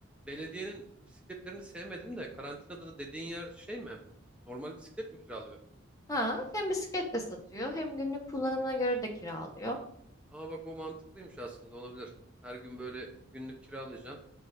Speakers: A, in the centre; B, on the left.
A: Belediyenin bisikletlerini sevmedim de karantinada da dediğin yer şey mi? Normal bisiklet mi kiralıyor?
B: Ha, hem bisiklet de satıyor hem günlük kullanımına göre de kiralıyor.
A: Aa bak o mantıklıymış aslında olabilir. Her gün böyle günlük kiralayacaksın.